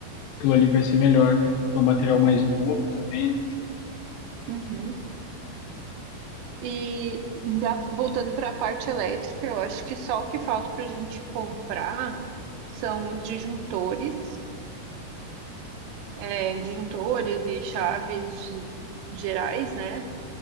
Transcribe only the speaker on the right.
Uhum. E da- voltando para a parte elétrica, eu acho que só o que falta para a gente comprar são os disjuntores. é, disjuntores e chaves de- gerais, né?